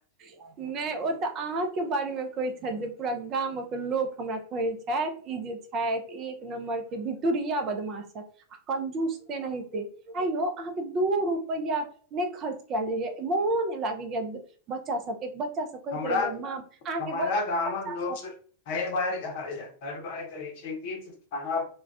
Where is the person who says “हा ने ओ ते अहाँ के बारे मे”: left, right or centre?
Right